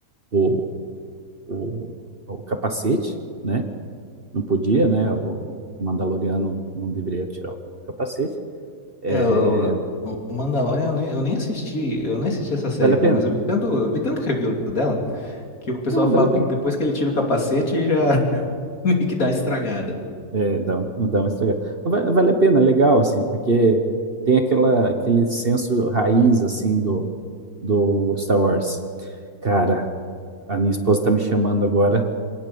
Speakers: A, on the right (about 40°); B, on the left (about 60°).
A: o, o, o capacete, né? não podia, né? O, o Mandaloriano não deveria tirar o capacete. É,
B: É, o, o Mandalorian eu nem, eu nem assisti, eu nem assisti essa série,
A: vale a
B: cara,
A: pena?
B: mas eu vi tanto, eu vi tanto review dela que o pessoal
A: Não,
B: fala
A: vale a pena.
B: que depois que ele tira o capacete já <laughs> meio que dá uma estragada.
A: É, dá, um- dá uma estragada. Mas va- Vale a pena, é legal, assim, porque tem aquela, aquele senso raiz, assim, do, do Star Wars. Cara, a minha esposa tá me chamando agora